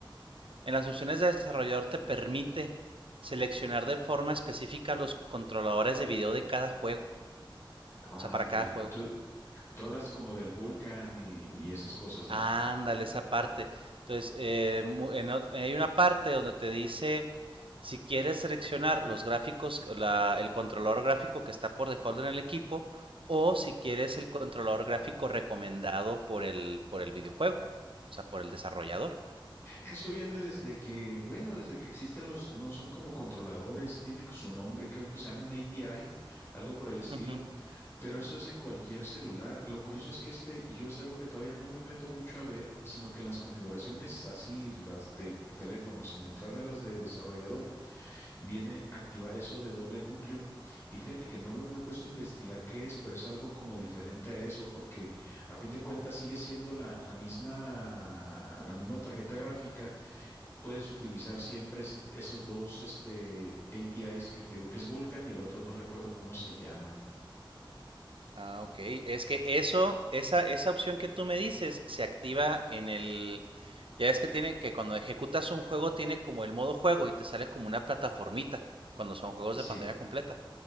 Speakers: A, on the right; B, on the left.
A: En las opciones de desarrollador te permite seleccionar de forma específica los controladores de video de cada juego,
B: Ah,
A: o sea, para
B: ok.
A: cada juego.
B: Tú, tú hablas como del Vulkan y, y esas cosas, ¿no?
A: Ándale, esa parte. Entonces, eh, en hay una parte donde te dice si quieres seleccionar los gráficos, la- el controlador gráfico que está por default en el equipo, o si quieres el controlador gráfico recomendado por el, por el videojuego, o sea, por el desarrollador.
B: Eso viene desde que, bueno, desde que existen los, no son como controladores, tiene su nombre, creo que se llaman API, algo por el estilo,
A: Ujú.
B: pero eso es en cualquier celular. Lo curioso es que este, yo es algo que todavía no me meto mucho a ver, sino que en las configuraciones así, las de teléfono, sin entrar a las de desarrollador, viene activar eso de doble núcleo. Y fíjate que no lo, me he puesto a investigar qué es, pero es algo como diferente a eso, porque a fin de cuentas sigue siendo la, la misma, la misma tarjeta gráfica Puedes utilizar siempre es- esos dos este, APIs que te digo que es Vulkan y el otro no recuerdo cómo se llama.
A: Ah, ok. Es que eso, esa, esa opción que tú me dices se activa en el... Ya es que tiene que cuando ejecutas un juego tiene como el modo juego y te sale como una plataformita cuando son juegos
B: Sí.
A: de pantalla completa.